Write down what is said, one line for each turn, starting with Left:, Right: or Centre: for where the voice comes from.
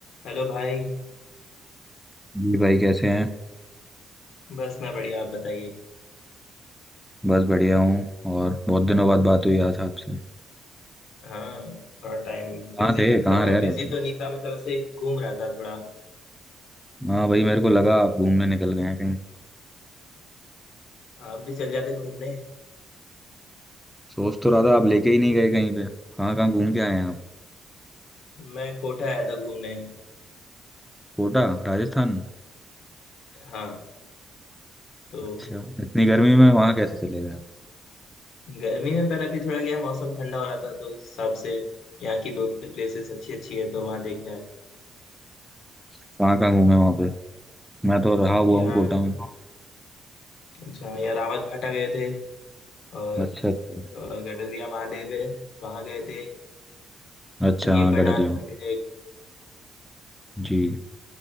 Left: Hello भाई
Centre: जी भाई कैसे हैं
Left: बस मैं बढ़िया आप बताइए
Centre: बस बढ़िया हूँ और बहुत दिनों बाद बात हुई आज आपसे
Left: हाँ थोड़ा टाइम बिजी
Centre: कहाँ थे
Left: नहीं
Centre: कहाँ
Left: था थोड़ा
Centre: रह रहे
Left: बिजी
Centre: थे
Left: तो नहीं था मतलब ऐसे घूम रहा था थोड़ा
Centre: हाँ भाई मेरे को लगा आप घूमने निकल गए हैं कहीं
Left: आप भी चल जाते घूमने
Centre: सोच तो रहा था आप लेके ही नहीं गए कहीं पे कहाँ कहाँ घूम के आए हैं आप
Left: मैं कोटा आया था घूमने
Centre: कोटा राजस्थान
Left: हाँ तो
Centre: अच्छा इतनी गर्मी में वहाँ कैसे चले गए आप?
Left: गर्मी में पर अभी थोड़ा गया मौसम ठंडा हो रहा था तो उस हिसाब से यहाँ की दो तीन प्लेसेस अच्छी अच्छी है तो वहाँ देखने आए
Centre: कहाँ कहाँ घूमे वहाँ पे मैं तो रहा हुआ
Left: यहाँ
Centre: हूँ कोटा में
Left: अच्छा यहाँ रावत भाटा गए थे और
Centre: अच्छा अच्छा
Left: और गडरिया महादेव है वहाँ गए थे
Centre: अच्छा
Left: गेपरनाथ
Centre: हाँ गडरिया में।
Left: मंदिर है
Centre: जी